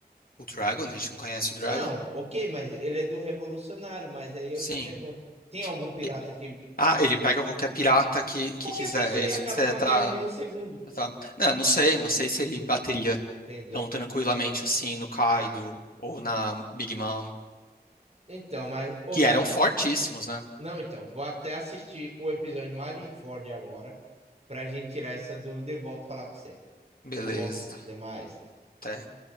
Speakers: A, on the left; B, on the right.
A: O Dragon? A gente não conhece o Dragon?
B: Não, ok, mas ele é do revolucionário, mas aí eu
A: Sim.
B: te pergunto, tem algum pirata
A: E-
B: que
A: Ah, ele pega qualquer pirata que, que
B: qualquer
A: quiser.
B: pessoa
A: É isso
B: e acaba
A: que você
B: com a
A: tá.
B: guerra em um segundo,
A: Tá. Não, não sei, não sei se ele bateria
B: entendeu?
A: tão tranquilamente assim no Kaido
B: Ah,
A: ou na Big Mom,
B: então, mas ô
A: que
B: Gá,
A: eram fortíssimos, né?
B: não, então, vou até assistir o episódio Marineford agora pra gente tirar essa dúvida e volto a falar com você,
A: Beleza.
B: tá bom? Até mais.
A: até